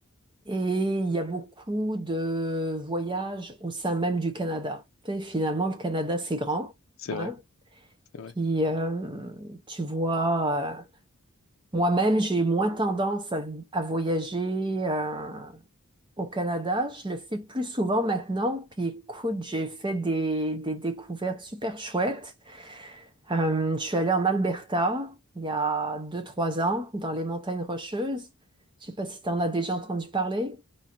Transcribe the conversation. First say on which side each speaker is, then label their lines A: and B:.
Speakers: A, on the right (about 20°); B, on the left (about 65°).
A: et il y a beaucoup de voyages au sein même du Canada. Tu sais, finalement, le Canada, c'est grand.
B: c'est
A: hein.
B: vrai, c'est vrai.
A: Puis, euh, tu vois, euh, moi-même, j'ai moins tendance à, à voyager euh, au Canada. Je le fais plus souvent maintenant. Puis, écoute, j'ai fait des, des découvertes super chouettes. Euh, je suis allée en Alberta il y a deux, trois ans, dans les montagnes Rocheuses. Je sais pas si tu en as déjà entendu parler.